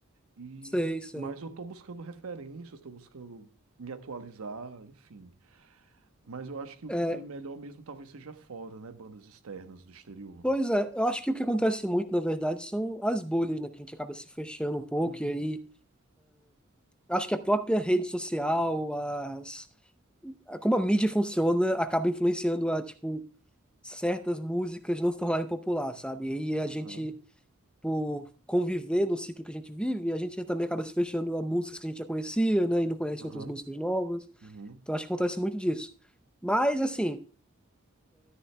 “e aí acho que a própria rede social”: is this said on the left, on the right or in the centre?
Centre